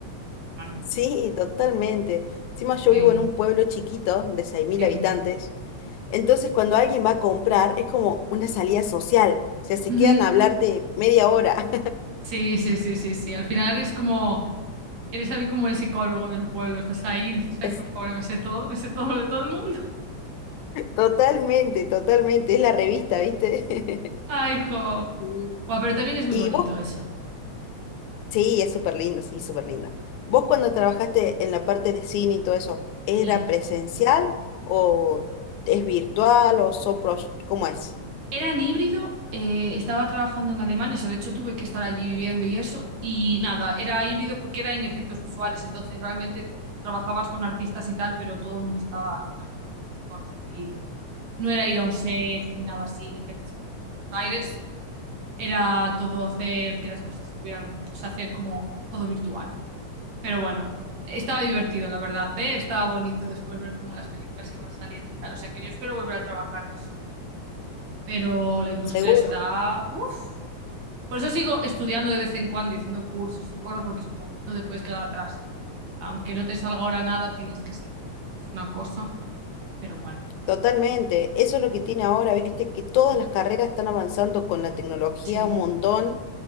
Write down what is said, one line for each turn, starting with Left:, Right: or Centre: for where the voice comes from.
Right: Pero bueno,
Left: Sí, totalmente. Encima
Right: sí,
Left: yo vivo en un pueblo chiquito de seis mil
Right: sí.
Left: habitantes. Entonces cuando alguien va a comprar es como una salida social. O sea, se
Right: Ujú.
Left: quedan a hablarte media hora.
Right: Sí, sí, sí, sí, sí. Al final es como... Eres también como el psicólogo del pueblo. Estás ahí y dices, ay,
Left: <laughs> Es-
Right: por favor, me sé todo, me sé todo lo de todo el mundo.
Left: Totalmente, totalmente. Es la revista, ¿viste? <laughs>
Right: Ay, jo.
Left: Sí.
Right: Buah, pero también es muy
Left: Y
Right: bonito
Left: vos,
Right: eso.
Left: sí, es súper lindo, sí, súper lindo.
Right: Sí.
Left: Vos cuando trabajaste en la parte de cine y todo eso, ¿era
Right: Sí.
Left: presencial o es virtual o son pro- ¿Cómo es?
Right: Era en híbrido, eh, estaba trabajando en Alemania, o sea, de hecho tuve que estar allí viviendo y eso. Y nada, era híbrido porque era en efectos visuales. Entonces, realmente trabajabas con artistas y tal, pero todo el mundo estaba al final como mejor. Es decir, no era ir a un set, ni nada así, ni gente saltando por los aires. era todo hacer que las cosas estuvieran o sea, hacer como todo virtual. Pero bueno, estaba divertido, la verdad, ¿eh? Estaba bonito después ver cómo las películas iban saliendo y tal. O sea, que yo espero volver a trabajar de eso. Pero la industria
Left: Seguro.
Right: está... Uf. Por eso sigo estudiando de vez en cuando y haciendo cursos y cosas, porque es como, no te puedes quedar atrás. Aunque no te salga ahora nada, tienes que seguir. Es una cosa, pero bueno.
Left: Totalmente, eso es lo que tiene ahora, viste, que todas las carreras están avanzando con la tecnología
Right: Sí,
Left: un montón